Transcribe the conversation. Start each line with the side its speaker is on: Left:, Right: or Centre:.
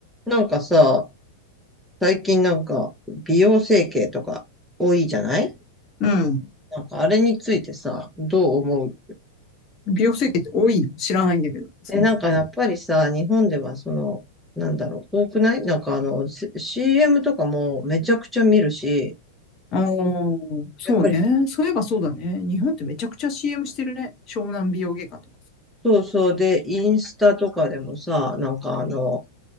Centre: なんかさ、最近なんか美容整形とか多いじゃない
Left: うん。
Centre: なんかあれについてさ、どう思う
Left: 美容整形って多いの知らないんだけど、そもそも。
Centre: え、なんかやっぱりさ、日本ではその、なんだろう、多くないなんかあの、C- m とかもめちゃくちゃ見るし、
Left: ああ、そうね。
Centre: やっぱり
Left: そういえばそうだね。日本ってめちゃくちゃ CM してるね。湘南美容外科とかさ。
Centre: そうそうで、インスタとかでもさ、なんかあの、